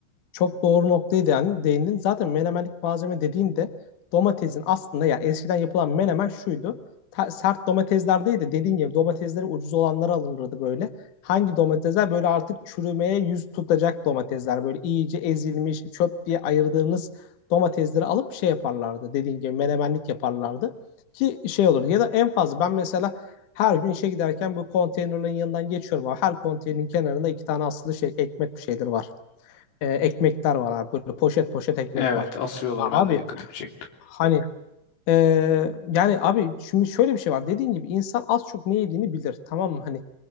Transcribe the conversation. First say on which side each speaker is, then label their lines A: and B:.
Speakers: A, on the left (about 60°); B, on the left (about 80°).
A: Çok doğru noktaya değindin. değindin. Zaten menemenlik malzeme dediğinde domatesin aslında ya eskiden yapılan menemen şuydu. Ta- sert domatesler değil de dediğin gibi domatesleri ucuz olanları alınırdı böyle. Hangi domatesler böyle artık çürümeye yüz tutacak domatesler böyle iyice ezilmiş çöp diye ayırdığınız domatesleri alıp şey yaparlardı. Dediğin gibi menemenlik yaparlardı ki şey olur. Ya da en fazla ben mesela her gün işe giderken bu konteynerların yanından geçiyorum. abi. Her konteynerin kenarında iki tane asılı şey ekmek bir şeyler var e, ekmekler var abi. Böyle poşet poşet ekmek
B: Evet
A: var.
B: asıyorlar ben
A: Abi
B: de dikkatimi çekti.
A: hani e, yani abi şimdi şöyle bir şey var. Dediğin gibi insan az çok ne yediğini bilir. Tamam mı? Hani